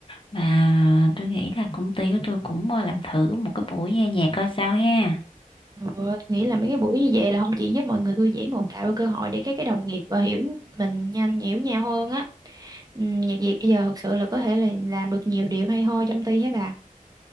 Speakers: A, on the left (about 35°); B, on the right (about 25°).
A: Mà tôi nghĩ là công ty của tôi cũng à, làm thử một cái buổi nghe nhạc coi sao ha.
B: Ừ, nghĩ là mấy cái buổi như vậy là không chỉ giúp mọi người thư giãn mà còn tạo cơ hội để các cái đồng nghiệp và hiểu mình nhanh hiểu nhau hơn á ừ, nhạc Việt bây giờ thật sự là có thể là làm được nhiều điều hay ho trong ty hết bà